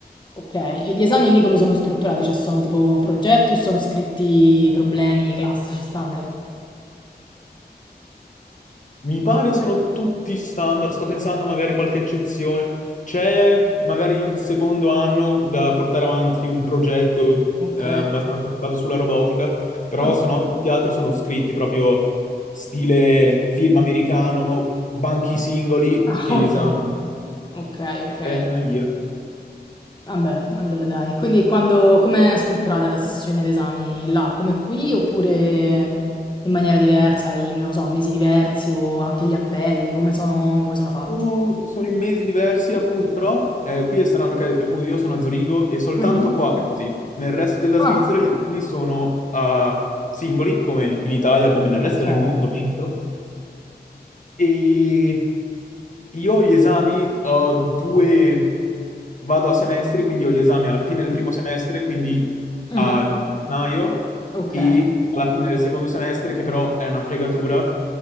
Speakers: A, on the left (about 25°); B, on the left (about 45°).
A: Ok, e gli esami lì come sono strutturati? Cioè sono tipo progetti o sono scritti problemi classici, standard?
B: Mi pare siano tutti standard, sto pensando magari qualche eccezione. C'è magari il secondo anno da portare avanti un progetto
A: Ok.
B: eh, abbastanza basato sulla robotica, però
A: Ah,
B: se no tutti gli altri sono scritti proprio stile film americano, banchi singoli,
A: ah,
B: esame,
A: ok, ok, ok.
B: penna e via.
A: Vabbè, allora dai. Quindi quando, com'è strutturata la sessione d'esami là? Come qui oppure in maniera diversa, hai, non lo so, mesi diversi o anche gli appelli, come sono, come sono fatti?
B: Sono, sono in mesi diversi, appunto, però eh, qui è strano perché appunto io sono a Zurigo e soltanto
A: Mhm.
B: qua è così. Nel resto della
A: Ah,
B: Svizzera gli esami sono a singoli, come in Italia, come nel
A: ok.
B: resto del mondo, penso. E io gli esami ho due, vado a semestri, quindi ho gli esami alla fine del primo semestre, quindi
A: Mhm.
B: a gennaio,
A: Ok.
B: e alla fine del secondo semestre, che però è una fregatura,